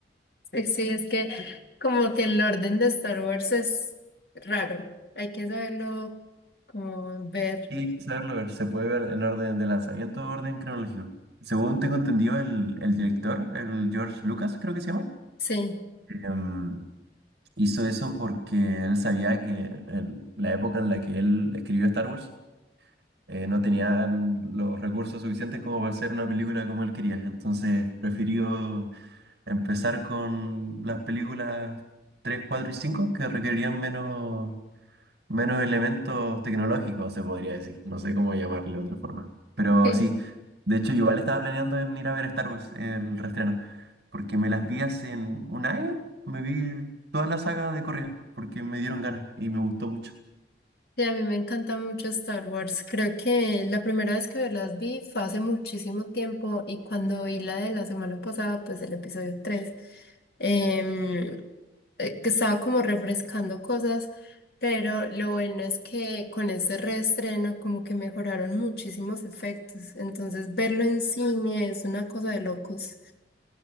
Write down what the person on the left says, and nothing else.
Sí, sí, es que como que el orden de Star Wars es raro, hay que saberlo como ver.
Sí,
sí,
sí, a mí me encanta mucho Star Wars. Creo que la primera vez que las vi fue hace muchísimo tiempo y cuando vi la de la semana pasada, pues el episodio 3, em, eh, que estaba como refrescando cosas, pero lo bueno es que con este reestreno como que mejoraron muchísimos efectos, entonces verlo en cine es una cosa de locos.